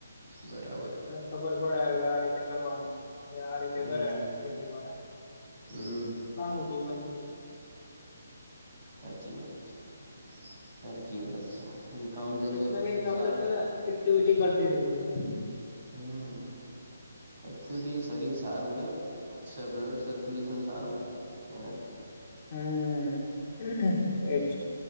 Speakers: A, on the right; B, on the left.
A: બરાબર
B: એમ ખબર પડે હવે આ રીતે કરવાનું. આ રીતે
A: હમ
B: કરે હવે <inaudible>
A: હમ
B: લાંબુ જીવન જીવે.
A: સાચી વાત છે, સાચી વાત છે. બીજું કામ ધંધો
B: કંઈક ના કઈક તો આપડે
A: સારો
B: છે ને, એક્ટિવિટી કરતી રહ્યું છે.
A: હમ એક્ચ્યુલી શરીર સારું રે. સ બ્લડ સર્ક્યુલેશન સારું રે એનાથી.
B: હમ એજ.